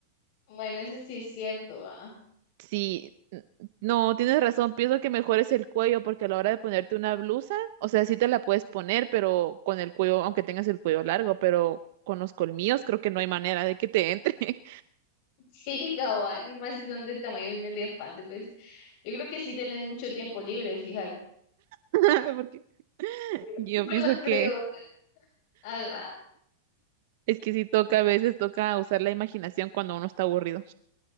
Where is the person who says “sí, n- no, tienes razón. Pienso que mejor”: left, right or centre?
Right